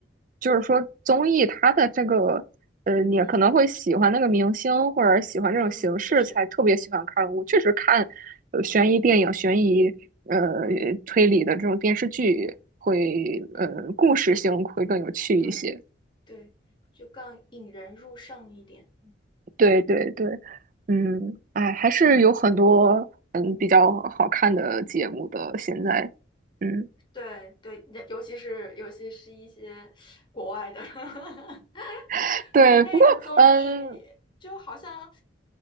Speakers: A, on the right (about 45°); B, on the left (about 25°).
A: 就是说综艺它的这个，呃，你可能会喜欢那个明星或者喜欢这种形式，
B: 嗯嗯，确实，
A: 才特别喜欢看。我确实看，呃悬疑电影、悬疑呃
B: 嗯
A: 推理的这种电视剧会，呃，
B: 嗯，
A: 故事性会更有趣一些。
B: 对对，就更引人入胜一点。
A: 对对对，嗯，哎，还是有很多嗯比较好看的节目的，现在，嗯。
B: 对对，尤其是尤其是一些国外的，<laughs>
A: <laughs> 对，
B: 国内的综艺就好像，
A: 不过，嗯，